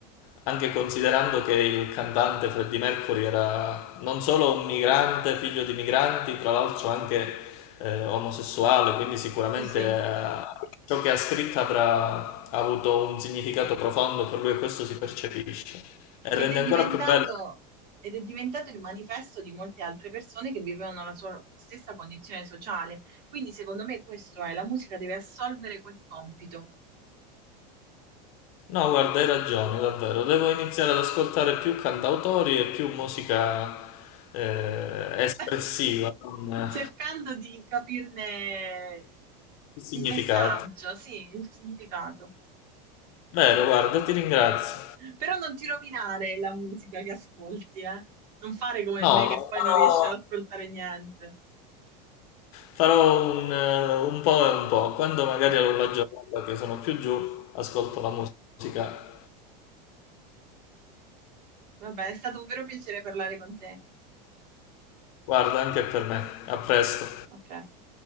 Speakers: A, on the left; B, on the right.
A: anche considerando che il cantante Freddie Mercury era non solo un migrante, figlio di migranti, tra l'altro anche eh, omosessuale, quindi sicuramente
B: Sì, sì.
A: eh, ciò che ha scritto avrà ha avuto un significato profondo per lui e questo si percepisce. E
B: Ed
A: rende
B: è diventato,
A: ancora più bello.
B: ed è diventato il manifesto di molte altre persone che vivevano la sua stessa condizione sociale. Quindi, secondo me, questo è, la musica deve assolvere quel compito.
A: No, guarda, hai ragione, davvero. Devo iniziare ad ascoltare più cantautori e più musica eh, espressiva,
B: <laughs>
A: con eh,
B: cercando di capirne
A: significato.
B: il messaggio, sì, il significato.
A: Vero, guarda, ti ringrazio.
B: Però non ti rovinare la musica che ascolti, eh. Non fare come
A: No,
B: me che
A: no,
B: poi
A: farò,
B: non riesci ad ascoltare niente.
A: farò un, eh, un po' e un po'. Quando magari ho la giornata che sono più giù, ascolto la musica.
B: Vabbè, è stato un vero piacere parlare con te.
A: Guarda, anche per me. A presto.
B: A presto.